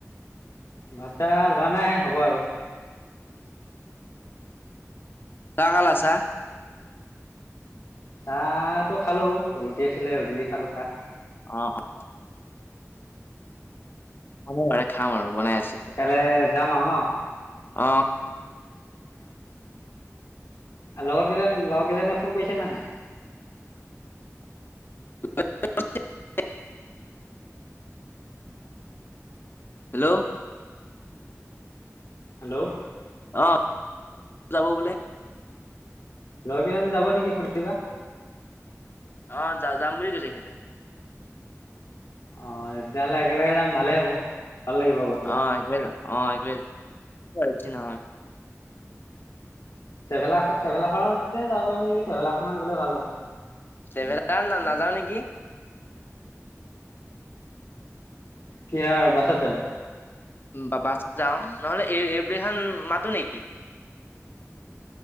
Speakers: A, on the left (about 75°); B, on the left (about 40°).
A: ভাত চাত হোৱা নাই হ'ব আৰু।
B: চাহ খালা চাহ।
A: চাহটো খালো, ৰুটি আছিলে ৰুটি দি খালো চাহ।
B: অ', অ'। হ'ব বাৰে খাম আৰু। বনাই
A: সেইকাৰে যাম আৰু ন?
B: অঁ
A: আৰু লগৰ কেইজন, লগৰ কেইজনে ফোন কৰিছে নে নাই?
B: <inaudible> হেল্ল'।
A: হেল্ল',
B: অ', যাব বোলে।
A: লগকেইজন যাব নেকি সুধিবা?
B: অ', যা-যাম বুলি কৈছে সিহঁতে।
A: অ', তেতিয়াহলে একেলগে যাম ভালেই হ'ব। ভাল লাগিব গৈ
B: অ' <unintelligible> <inaudible>
A: ট্ৰেভেলাৰ খন, ট্ৰেভেলাৰখনতে যাব পাৰিম নেকি? ট্ৰেভেলাৰ খনত গ'লে ভাল হ'ব।
B: ট্ৰেভেলাৰত না-নাযাওঁ নেকি?
A: কি <unintelligible> বাছত যাবা?
B: বা বাছ যোওঁ, নহলে এইব খান মাতো নেকি?